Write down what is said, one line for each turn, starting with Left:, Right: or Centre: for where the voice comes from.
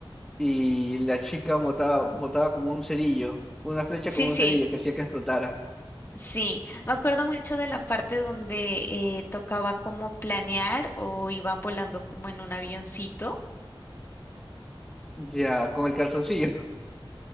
Centre: y la chica botaba, botaba como un cerillo, una flecha
Left: Sí,
Centre: como un
Left: sí,
Centre: cerillo que hacía que explotara.
Left: sí. Me acuerdo mucho de la parte donde eh, tocaba como planear o iban volando como en un avioncito.
Centre: Ya, con el calzoncillo. <laughs>